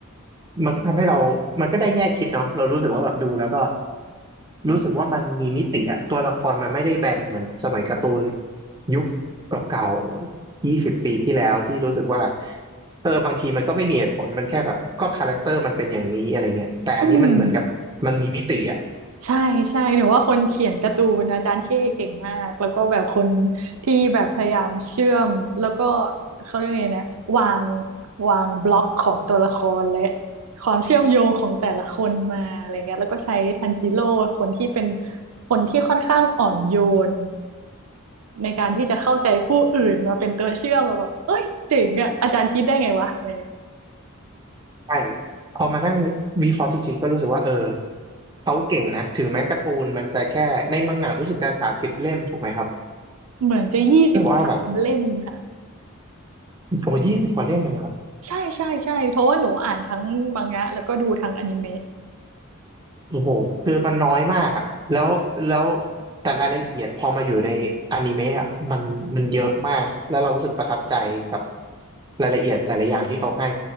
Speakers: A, on the right; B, on the right.
A: มันก็ทำให้เรามันก็ได้แง่คิดเนาะเรารู้สึกว่าแบบดูแล้วก็รู้สึกว่ามันมีมิติอะตัวละครมันไม่ได้แบนเหมือนสมัยการ์ตูนยุคเก่าๆยี่สิบปีที่แล้วที่รู้สึกว่าเออบางทีมันก็ไม่มีเหตุผล มันแค่แบบก็คาแรคเตอร์มันเป็นอย่างนี้อะไรเงี้ยแต่อันนี้มันเหมือนกับมันมีมิติอะ
B: อืม ใช่ใช่หนูว่าคนเขียนการ์ตูนอาจารย์เข้เก่งมากแล้วก็แบบคนที่แบบพยายามเชื่อมแล้วก็เขาเรียกไงนะวางวางบล็อกของตัวละครและความเชื่อมโยงของแต่ละคนมาอะไรเงี้ยแล้วก็ใช้ทันจิโร่คนที่เป็นคนที่ค่อนข้างอ่อนโยนในการที่จะเข้าใจผู้อื่นมาเป็นตัวเชื่อมมาแบบเอ้ยเจ๋งอะอาจารย์คิดได้ไงวะอะไรเงี้ย
A: ใช่พอมานั่งวิเคราะห์จริงๆก็รู้สึกว่าเออเขาเก่งนะถึงแม้การ์ตูนมันจะแค่ในมังงะรู้สึกจะสามสิบเล่มถูกไหมครับ
B: เหมือนจะยี่สิบสามเล่มค่ะ
A: แต่ว่าแบบโอ้ยี่สิบกว่าเล่มเลย
B: ใช่ใช่ใช่เพราะว่าหนูอ่านทั้งมังงะแล้วก็ดูทั้งอนิเมะ
A: โอ้โหคือมันน้อยมากอ่ะแล้วแล้วแต่รายละเอียดพอมาอยู่ในอนิเมะอะมันมันเยอะมากแล้วเรารู้สึกประทับใจกับรายละเอียดหลายๆอย่างที่เขาให้